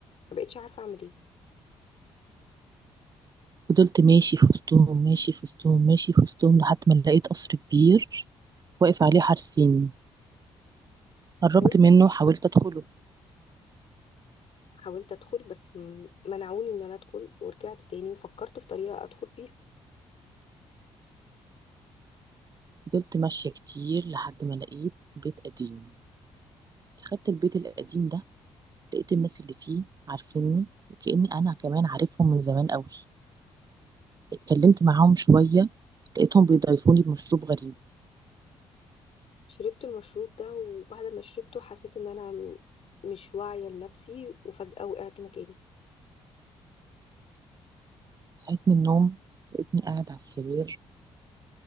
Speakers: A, on the left; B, on the right.
A: ما بقتش عارفه اعمل ايه
B: فضلت ماشي في وسطهم ماشي في وسطهم ماشي في وسطهم لحد ما لقيت قصر كبير واقف عليه حارسين قربت
A: حاولت
B: منه حاولت أدخله
A: حاولت ادخل بس م- منعوني ان انا ادخل ورجعت تاني وفكرت في طريقه ادخل بيها
B: فضلت ماشية كتير لحد ما لقيت بيت قديم دخلت البيت القديم ده لقيت الناس اللي فيه عارفيني وكأني أنا كمان عارفهم من زمان أوي اتكلمت معاهم شوية لقيتهم بيضايفوني بمشروب غريب
A: شربت المشروب ده وبعد ما شربته حسيت ان انا م- مش واعيه لنفسي وفجاه وقعت مكاني
B: صحيت من النوم لقيتني قاعد على السرير